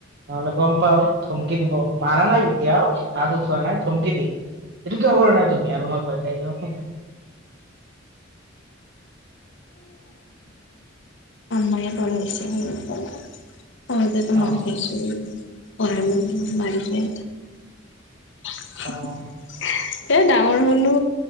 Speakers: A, on the right; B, on the left.
A: নহলে গম পাওঁ ধমকি দিব মাৰা নাই কেতিয়াও আৰু উঠোৱা নাই ধমকি দিয়ে এইটো কিয় কৰা নাই তুমি আৰু মই ভয় খাই যোৱা।
B: মায়ে পঢ়াইছে সৰুৰ পৰা। পঢ়োতেতো মাৰ
A: অ',
B: খাইছো পঢ়াই মোক মাৰিছে <unintelligible>
A: অ',
B: ডাঙৰ হ'লো।